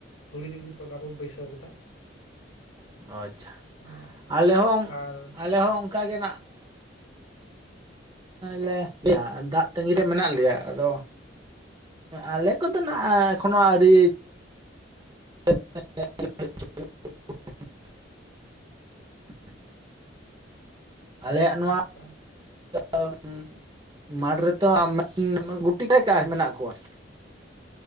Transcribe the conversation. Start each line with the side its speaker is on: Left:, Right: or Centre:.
Left: ᱫᱷᱩᱲᱤ ᱨᱮᱜᱮ ᱛᱚᱞᱟ ᱠᱚ ᱵᱟᱹᱭᱥᱟᱹᱣ ᱠᱮᱫᱟ
Right: ᱟᱪᱪᱷᱟ
Left: ᱟᱸ,
Right: ᱟᱞᱮ ᱦᱚᱸ
Left: ᱟᱨ
Right: ᱟᱞᱮ ᱦᱚᱸ ᱚᱱᱠᱟ ᱜᱮ ᱞᱮ ᱫᱟᱜ ᱛᱟᱜᱤ ᱨᱮ ᱢᱮᱱᱟᱜ ᱞᱮᱭᱟ ᱟᱫᱚ ᱟᱞᱮ ᱠᱚ ᱫᱚ ᱱᱮᱜᱮ ᱮᱠᱷᱚᱱᱳ ᱟᱣᱨᱤ <inaudible> ᱟᱞᱮᱭᱟᱜ ᱱᱚᱣᱟ
Left: ᱟᱪᱪᱷᱟ ᱟᱪᱪᱷᱟ
Right: ᱢᱟᱴᱷ ᱢᱟᱴ ᱨᱮᱛᱚ <inaudible> ᱜᱩᱴᱤ ᱠᱟᱭᱠ ᱟᱨ ᱢᱮᱱᱟᱜ ᱠᱚᱣᱟ <unintelligible>